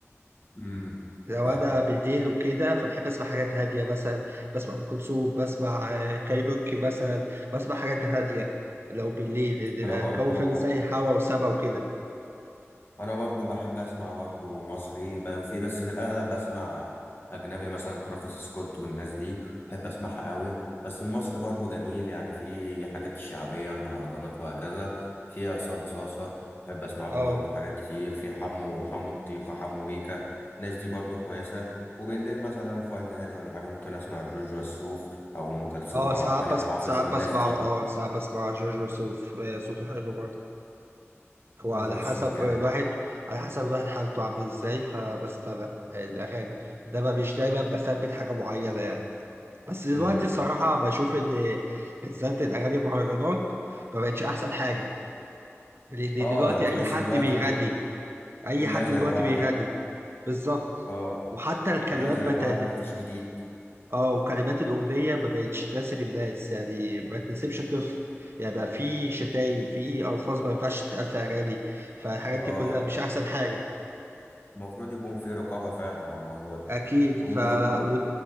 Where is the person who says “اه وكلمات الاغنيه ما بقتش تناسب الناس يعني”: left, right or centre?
Right